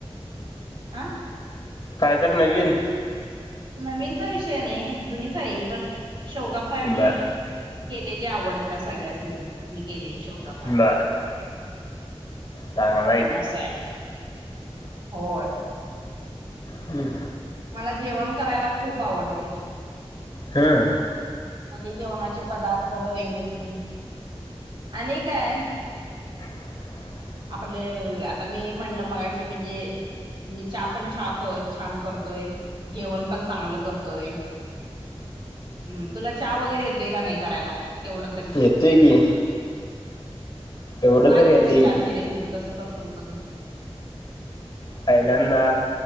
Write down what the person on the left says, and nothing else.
काय तर नवीन.
बर
बर <unintelligible> चांगला की
हम.
हम.
<unintelligible>
येतोय की. एवढं
तरी येतंय
पहिल्यांदा